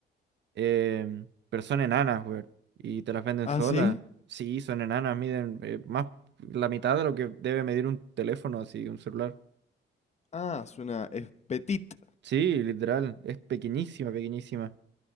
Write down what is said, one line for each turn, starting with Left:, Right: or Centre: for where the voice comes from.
Right: em, pero son enanas, weón. Y te las venden
Left: Ah,
Right: solas.
Left: sí.
Right: Sí, son enanas, miden eh, más la mitad de lo que debe medir un teléfono, así, un celular.
Left: Ah, es una es petit.
Right: Sí, literal, es pequeñísima, pequeñísima.